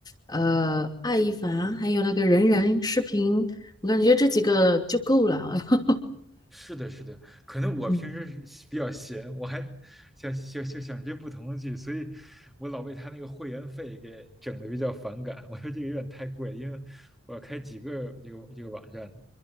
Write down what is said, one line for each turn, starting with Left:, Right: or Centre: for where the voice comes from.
Left: 呃爱一凡，还有那个人人视频，我感觉这几个就够了。<laughs>
Centre: 是的，是的，可能我平时是比较闲，
Left: 嗯
Centre: 我还想想想想这不同的剧，所以我老被他那个会员费给整的比较反感。我说这个有点太贵，因为我要开几个这个这个网站呢，